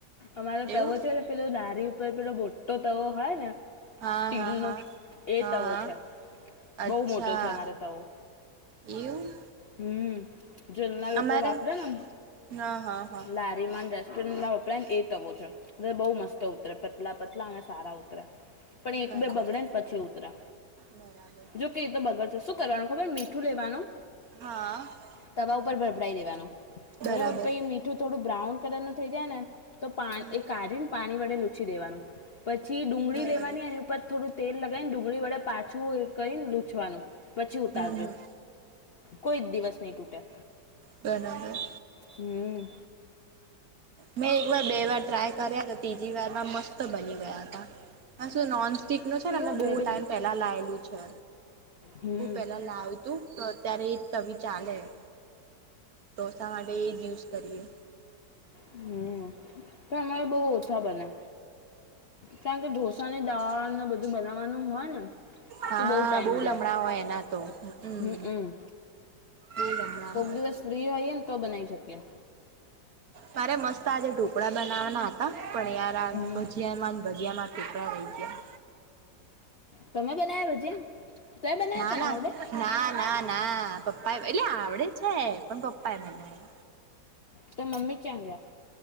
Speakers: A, on the left; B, on the right.
A: અમારો તવો
B: એવું
A: છે ને પેલો લારી ઉપર પેલો મોટો તવો હોય ને
B: હા
A: સ્ટીલ
B: હા હા
A: નો એ
B: હા
A: તવો
B: હા
A: છે
B: અચ્છા
A: બહું મોટો છે અમારો તવો.
B: એવું.
A: હમ્મ જલના લોકો
B: અમારે
A: વાપરે ને એમ
B: હા હા હા
A: લા રીમા અને રેસ્ટોરેન્ટમાં વપરાય ને એ તવો છે. એ બહુ મસ્ત ઉતરે પતલા પતલા અને સારા ઉતરે પણ એક
B: બરાબર
A: બે બગડે ને પછી ઉતરે.
B: બરાબર
A: જોકે એ તો બગર સે શું કરવાનું ખબર મીઠું લેવાનું
B: હા
A: તવા ઉપર ભરભડાઈ દેવાનું
B: બરાબર
A: બરોબર પછી મીઠું થોડું બ્રાઉન કલર નું થઈ જાય ને તો પા
B: હમ
A: એ કાઢીને પાણી વડે લૂછી દેવાનું પછી ડુંગળી
B: બરાબર
A: લેવાની એની ઉપર થોડું તેલ લગાવી ને ડુંગળી વડે પાછું એ કરીને લૂછવાનું પછી ઉતારજો
B: હમ હમ
A: કોઈ દિવસ નહી તૂટેએ
B: બરાબર.
A: હમ્મ.
B: મેં એકવાર બે વાર ટ્રાય કર્યા તો ત્રીજી વારમાં મસ્ત બની ગયા હતા હ શું નોન્સ સ્ટીક નું છે ને
A: એવું
B: અને બહુ
A: જ હોય
B: ટાઈમ પેલા લાયેલું છે.
A: હમ
B: <unintelligible> પેલા લાયું તું તો અત્યારે એ જ તવી ચાલે હે. ઢોસા માટે એ જ યુઝ કરીએ.
A: હમ્મ પણ અમાર બહુ ઓછા બને. કારણ કે ઢોસા ને દાળ ને બધું બનાવવાનું હોય ને
B: હા
A: તો ટાઈમ
B: બહુ
A: જાય
B: લમણા હોય એના તો હમ્મ.
A: હમ હમ
B: બહુ લમણાં
A: કોઈક
B: હોય.
A: દિવસ ફ્રી હોઈએ ને તો બનાઈ શકીએ.
B: મારે મસ્ત આજે ઢોકળા બનાવવાના હતા, પણ યાર આ
A: હમ
B: ભજીયામાંન ભજીયામાં <inaudible> રઈ ગયા.
A: તમે બનાયવા ભજીયા તે બનાવ્યા
B: ના-ના-ના-ના-ના,
A: તને આવડે
B: પપ્પાએ, એટલે આવડે છે પણ પપ્પાએ બનાયા.
A: તો મમ્મી ચ્યા ગ્યા?